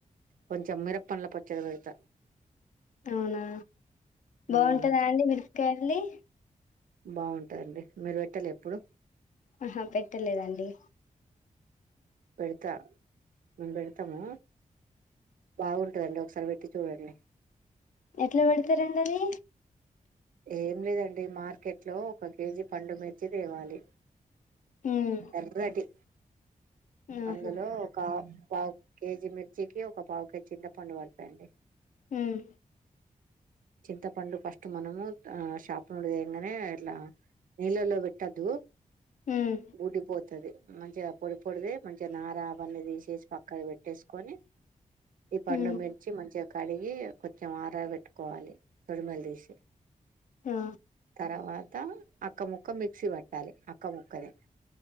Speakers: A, on the right; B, on the left.
A: కొంచెం మిరప్పన్ల పచ్చడి పెడతా
B: అవునా బాగుంటందా
A: ఉమ్
B: అండి మిరకాయలది
A: బాగుంటుందిండి మీరు పెట్టాలే ఎప్పుడు
B: ఆహా పెట్టలేదండి
A: పెడతా మేము పెడతాము బాగుంటుదండి ఒకసారి పెట్టి చూడండి
B: ఎట్లా పెడతారండి అది
A: ఏం లేదండి మార్కెట్ లో ఒక కేజీ పండు మిర్చి తేవాలి
B: ఉమ్
A: ఎర్రటి
B: ఆహా
A: అందులో ఒక పావు కేజీ మిర్చికి ఒక పావు కేజీ చింత పండు పడతాండి
B: మ్మ్
A: చింతపండు ఫస్ట్ మనము ఆ షాప్ నుండి తెంగానే ఇట్లా నీళ్లల్లో పెట్టొదు
B: ఉమ్
A: గుటిపో వతుంది మంచిగా పొడి పొడిది మంచిగా నారా అవన్నీ తీసేసి పక్కన పెట్టేసుకొని ఈ పండు
B: ఉమ్
A: మిర్చి మంచిగా కడిగి కొంచెం ఆరా పెట్టుకోవాలి తొడిమలు తీసి
B: ఆ
A: తర్వాత, అక్క ముక్క మిక్సి బట్టాలి. అక్క ముక్కనె,